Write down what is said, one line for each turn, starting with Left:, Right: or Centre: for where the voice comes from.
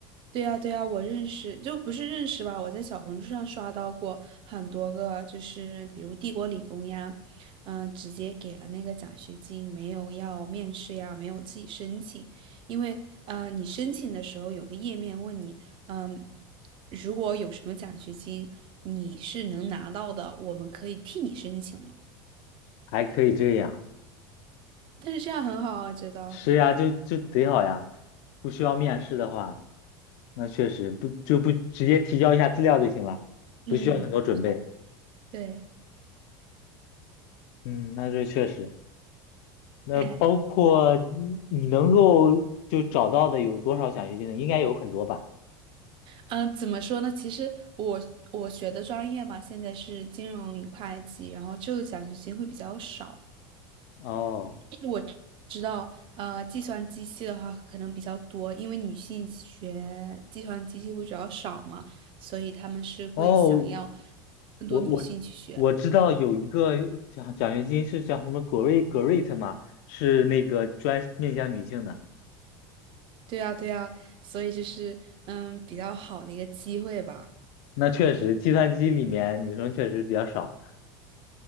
Right: 对呀，对呀，我认识，就不是认识吧？我在小红书上刷到过很多个，就是比如帝国理工呀，嗯、直接给了那个奖学金，没有要面试呀，没有自己申请，因为呃，你申请的时候有个页面问你，嗯、如果有什么奖学金，你是能拿到的，我们可以替你申请了。
Left: 还可以这样？
Right: 但是这样很好啊，觉得，
Left: 是呀，就就贼好呀，不需要面试的话。那确实不就不直接提交一下资料就行了，
Right: 嗯，
Left: 不需要很多准备。
Right: 是啊对，
Left: 嗯，那这确实。那包括你你能够就找到的有多少奖学金呢？
Right: 哎。
Left: 应该有很多吧？
Right: 嗯，呃怎么说呢？其实我我学的专业嘛，现在是金融与会计，然后这个奖学金会比较少。
Left: 哦
Right: 但是我知道，呃，计算机系的话可能比较多，因为女性学计算机系会比较少嘛，所以他们是会想要
Left: 哦，
Right: 更多女性去学。
Left: 我我我知道有一个奖奖学金是叫什么 Great Great 嘛，是那个专面向女性的。
Right: 对啊，对啊，所以这是嗯比较好的一个机会吧。
Left: 那确实，计算机里面女生确实比较少。